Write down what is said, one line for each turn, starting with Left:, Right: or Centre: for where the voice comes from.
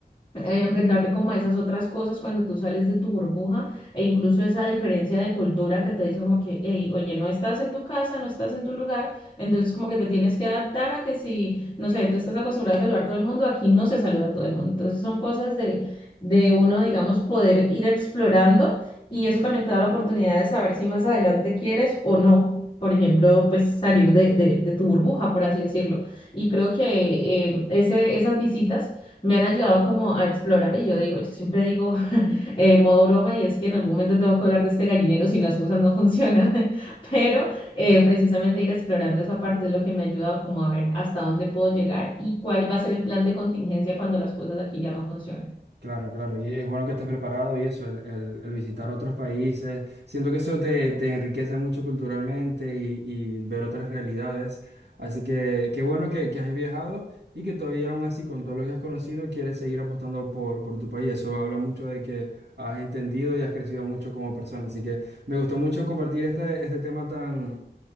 Left: eh, enfrentarte como a esas otras cosas cuando tú sales de tu burbuja e incluso esa diferencia de cultura que te dice como que, hey, oye, no estás en tu casa, no estás en tu lugar, entonces como que te tienes que adaptar a que si, no sé, tú estás acostumbrado a saludar a todo el mundo, aquí no se saluda a todo el mundo. Entonces son cosas de, de uno, digamos, poder ir explorando y eso también te da la oportunidad de saber si más adelante quieres o no. Por ejemplo, pues salir de, de, de tu burbuja, por así decirlo. Y creo que eh, ese, esas visitas me han ayudado como a explorar y yo digo, yo siempre digo <laughs> eh, modo broma y es que en algún momento tengo que hablar de este gallinero si las cosas no funcionan, <laughs> pero eh, precisamente ir explorando esa parte es lo que me ha ayudado como a ver hasta dónde puedo llegar y cuál va a ser el plan de contingencia cuando las cosas aquí ya no funcionen.
Right: Claro, claro, y es bueno que estés preparado y eso, el, el- el visitar otros países. Siento que eso te, te enriquece mucho culturalmente y, y ver otras realidades. Así que qué bueno que, que has viajado y que todavía aún así con todo lo que has conocido quieres seguir apostando por, por tu país. Eso habla mucho de que has entendido y has crecido mucho como persona. Así que me gustó mucho compartir este, este tema tan,